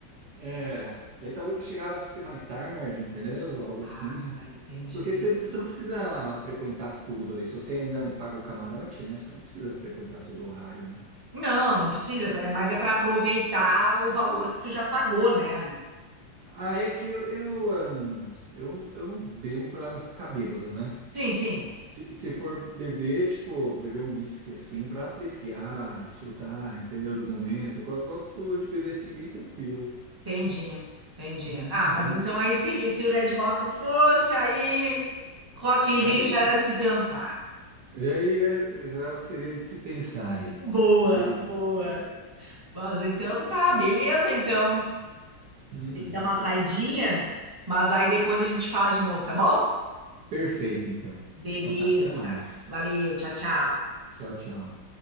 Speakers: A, on the right; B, on the right.
A: É. Daí talvez chegava a ser mais tarde, entendeu? Algo
B: Ah,
A: assim.
B: entendi.
A: Porque você você não precisa frequentar tudo ali. Se você ainda paga o camarote, né? Você não precisa frequentar todo o horário, né?
B: Não, não precisa, só- é- mas é para aproveitar o valor que tu já pagou, né?
A: Ah, é que eu, eu, ahn, eu, eu não bebo pra ficar bêbado, né?
B: Sim, sim,
A: Se, se for beber, tipo, beber um uísque assim pra apreciar, desfrutar, entendeu? Do momento. Eu, go- eu gosto de beber assim bem tranquilo.
B: entendi, entendi.
A: Uhum.
B: Ah, mas então aí se, se o Red Rock fosse, aí Rock in
A: Aí,
B: Rio já era de se pensar.
A: e aí é- já seria de se pensar aí.
B: Boa,
A: Seria
B: boa.
A: de se pensar.
B: Mas então tá, beleza então.
A: Uhum,
B: Dá uma
A: com
B: saidinha,
A: certeza.
B: mas aí depois a gente fala de novo, tá bom?
A: Perfeito, então.
B: Beleza.
A: Então tá, até mais.
B: Valeu, tchau, tchau.
A: Tchau, tchau.